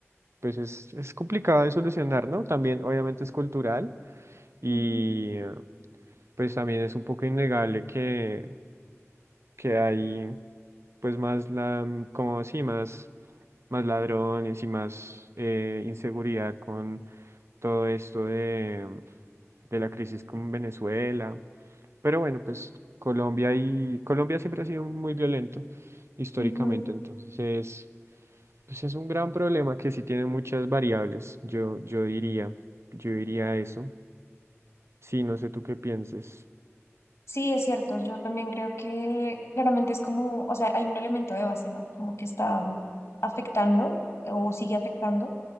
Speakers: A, on the right; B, on the left.
A: pues es, es complicado de solucionar, ¿no? También obviamente es cultural y
B: ujú,
A: eh, pues también es un poco innegable que, que hay pues más la como sí, más, más ladrones y más eh, inseguridad con todo esto de, de la crisis con Venezuela. Pero bueno, pues Colombia y Colombia siempre ha sido muy violento históricamente,
B: ujú.
A: entonces es, pues es un gran problema que sí tiene muchas variables, yo, yo diría, yo diría eso. Sí, no sé tú qué pienses.
B: Sí, es cierto. Yo también creo que claramente es como, o sea, hay un elemento de base, ¿no? Como que está afectando o sigue afectando